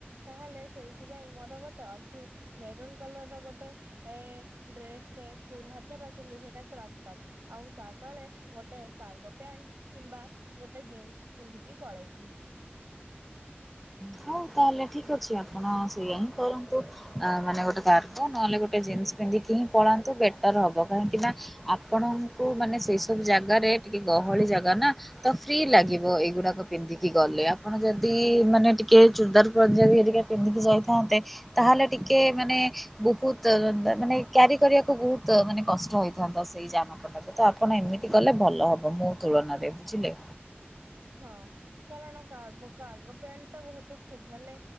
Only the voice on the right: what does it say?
ତାହେଲେ ସେଇଥିପାଇଁ ମୋର ଗୋଟେ ଅଛି ମେରୁନ୍ କଲର ର ଗୋଟେ ଏ ଡ୍ରେସଟେ ଫୁଲ୍ ହାତର କିନ୍ତୁ ସେଇଟା କ୍ରପ୍ ଟପ୍। ଆଉ ତା ତଳେ ଗୋଟେ କାର୍ଗୋ ପ୍ୟାଣ୍ଟ କିମ୍ବା ଗୋଟେ ଜିନ୍ସ୍ ପିନ୍ଧିକି ପଳେଇବି।
ହଁ କାରଣ କାର୍ବୋ କାର୍ଗୋ ପ୍ୟାଣ୍ଟ ଟା ବହୁତ ମାନେ